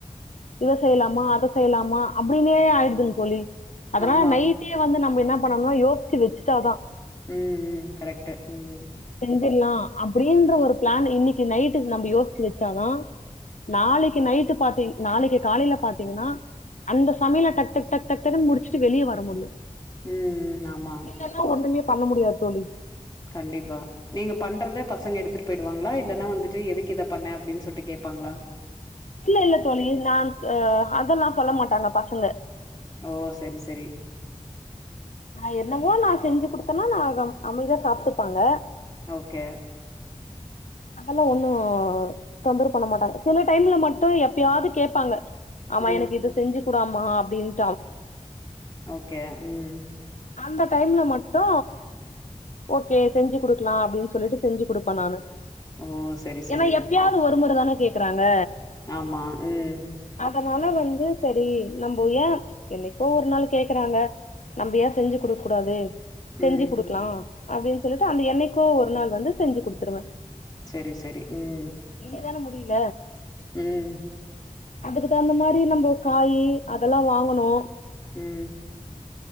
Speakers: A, on the left; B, on the left.
A: இத செய்யலாமா அத செய்யலாமா அப்டின்னே ஆயிடுதுங்க தோழி அதனால
B: ஆமா
A: நைட்டே வந்து நம்ம என்ன இப்ப நம்ம யோசிச்சு வச்சுட்டாதா
B: ம் ம் கரெக்ட் ம்
A: செஞ்சிருல்லா அப்டின்ற ஒரு பிளான் இன்னைக்கு நைட்டு நம்ம யோசிச்சு வச்சாதா நாளைக்கு நைட்டு பாத்தீ நாளைக்கு காலையில பாத்தீங்கன்னா அந்த சமையல டக் டக் டக்னு முடிச்சுட்டு வெளியே வர முடியு
B: ம்ம் ஆமா
A: இல்லன்னா ஒண்ணுமே பண்ண முடியாது தோழி
B: கண்டிப்பா நீங்க பண்றத பசங்க எடுத்துட் போயிடுவாங்களா இல்லன்னா வந்துட்டு எதுக்கு இத பண்ண அப்டின்னு சொல்லிட்டு கேப்பாங்களா
A: இல்ல இல்ல தோழி நா ஆ அதெல்லா சொல்ல மாட்டாங்க பசங்க
B: ஓ செரி செரி
A: நா என்னவோ நா செஞ்சு குடுத்தேனா நா அமைதியா சாப்ட்டுப்பாங்க
B: ஓகே
A: அதெல்லா ஒண்ணு தொந்தரவு பண்ண மாட்டாங்க சில டைம்ல மட்டு எப்பயாவது கேப்பாங்க ஆமா
B: ம்.
A: எனக்கு இது செஞ்சு கூடாமா அப்டின்னு
B: ஓகே ம்
A: அந்த டைம்ல மட்டு ஓகே செஞ்சு குடுக்கலா அப்டின்னு சொல்லிட்டு செஞ்சு குடுப்ப நானு
B: ஓ! சரி, சரி.
A: ஏன்னா எப்பயாவது
B: ம்.
A: ஒருமுறதானே கேக் இருக்குறாங்க
B: ஆமா ம்
A: அதனால வந்து செரி நம்ம ஏ என்னைக்கோ ஒரு நாள் கேக்குறாங்க நம்ம ஏ செஞ்சு குடுக்க கூடாது செஞ்சு
B: ம்.
A: குடுக்கலா அப்டின்னு சொல்லிட்டு அந்த என்னைக்கோ ஒரு நாள் வந்து செஞ்சு குடுத்துருவே
B: செரி செரி ம்
A: இதுதான முடில
B: ம்
A: அதுக்கு தகுந்த மாரி நம்ம காயி அதெல்லா வாங்கணு
B: ம்